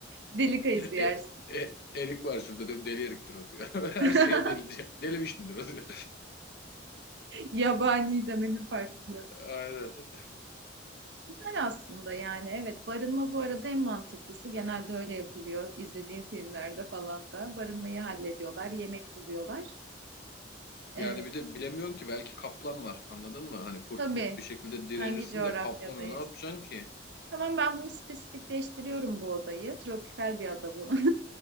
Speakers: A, on the right (about 60°); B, on the left (about 55°).
A: Deli kayısı yersin.
B: E, e, erik var şurada diyorum. Deli eriktir o diyor. <laughs> Her
A: <laughs>
B: şeye delice. Deli vişnidir o diyor.
A: Yabani demenin farklı bir yöntemi.
B: <laughs> Aynen.
A: Güzel aslında yani evet barınma bu arada en mantıklısı genelde öyle yapılıyor izlediğim filmlerde falan da barınmayı hallediyorlar yemek buluyorlar. Ee,
B: Yani bir de bilemiyorsun ki belki kaplan var. Anladın mı? Hani kurt
A: tabii
B: murt bir şekilde direnirsin
A: hangi coğrafyadayız?
B: de kaplana ne yapacaksın ki?
A: Tamam ben bunu spesifikleştiriyorum bu odayı tropikal bir ada bu.